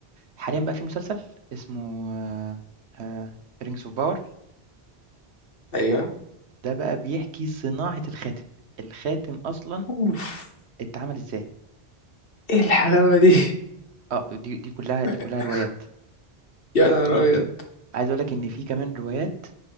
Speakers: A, on the right; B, on the left.
A: حاليًا بقى في مسلسل اسمه آآ Rings of Power
B: ايوه
A: ده بقى بيحكي صناعة الخاتم، الخاتم أصلًا
B: اوف
A: اتعمل إزاي،
B: ايه الحلاوة دي
A: آه دي دي كلّها دي
B: <laughs>
A: كلّها روايات،
B: يا نهار ابيض
A: عايز أقول لك إن في كمان روايات